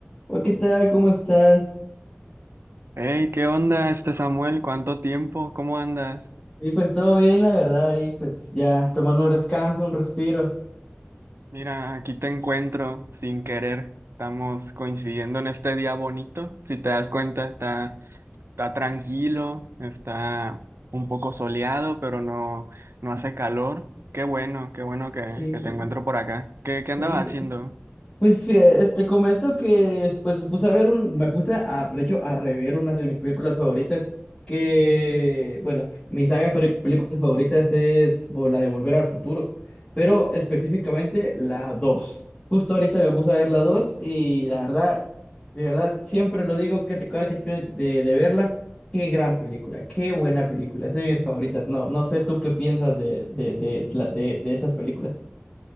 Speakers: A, on the left; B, on the right.
A: Hola, ¿qué tal? ¿Cómo estás?
B: Hey, ¿qué onda este Samuel? ¿Cuánto tiempo? ¿Cómo andas?
A: Y pues todo bien, la verdad, y pues ya tomando un descanso, un respiro.
B: Mira, aquí te encuentro sin querer. Estamos coincidiendo en este día bonito. Si te das cuenta, está, está tranquilo, está un poco soleado, pero no, no hace calor. Qué bueno, qué bueno que,
A: Sí,
B: que te encuentro por acá. ¿Qué, qué andabas
A: sí.
B: haciendo?
A: Pues sí, eh, te comento que pues me puse a ver un, me puse a, de hecho, a rever una de mis películas favoritas, que, bueno, mi saga de peli- películas favoritas es bo- la de Volver al Futuro, pero específicamente la dos Justo ahorita me puse a ver la 2 y la verdad, de verdad, siempre lo digo que te cada que termino de, de verla, qué gran película, qué buena película, es de mis favoritas. No, no sé tú qué piensas de, de, de, de, la- de de esas películas.